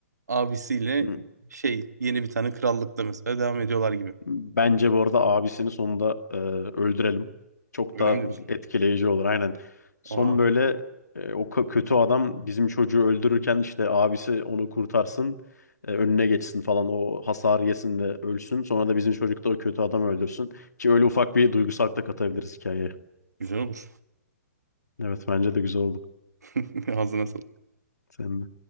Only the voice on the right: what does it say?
abisiyle
şey yeni bir tane krallıkta mesela devam ediyorlar gibi.
Öyle
mi diyorsun?
Aa
güzel olur.
<laughs> Ağzına sağlık.